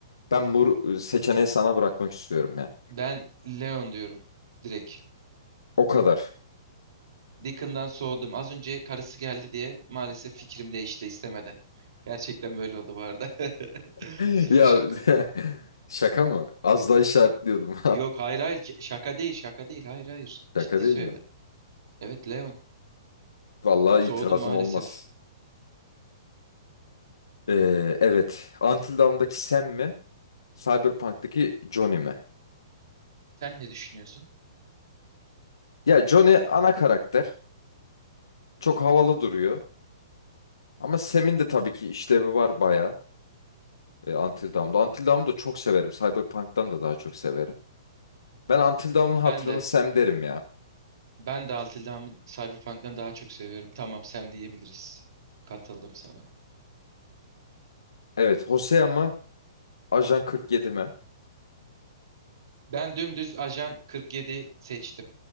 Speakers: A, on the left; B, on the right.
A: Ben bu seçeneği sana bırakmak istiyorum ya.
B: Ben Leon diyorum direkt.
A: O kadar.
B: Deacon'dan soğudum. Az önce karısı geldi diye maalesef fikrim değişti istemeden. Gerçekten böyle oldu bu arada. <laughs>
A: <laughs>
B: Sıfır
A: Ya
B: şaka.
A: <laughs> şaka mı? Az daha işaretliyordum.
B: Yok hayır hayır Ş- şaka değil şaka değil hayır hayır.
A: <laughs> Şaka
B: Ciddi
A: değil
B: söyledim.
A: mi?
B: Evet Leon
A: Vallahi
B: soğudum
A: itirazım
B: maalesef.
A: olmaz. Ee, evet. Until Dawn'daki Sam mi? Cyberpunk'taki Johnny mi?
B: Sen ne düşünüyorsun?
A: Ya Johnny ana karakter. Çok havalı duruyor. Ama Sam'in de tabii ki işlevi var bayağı. E, Until Dawn'da. Until Dawn'u da çok severim. Cyberpunk'tan da daha çok severim. Ben Until Dawn'un hatırını
B: Ben de
A: Sam derim ya.
B: ben de Altıldam'ı Cyberpunk'tan daha çok seviyorum. Tamam Sam diyebiliriz. Katıldım sana.
A: Evet, Hosea mı? Ajan 47 mi?
B: Ben dümdüz Ajan 47 seçtim.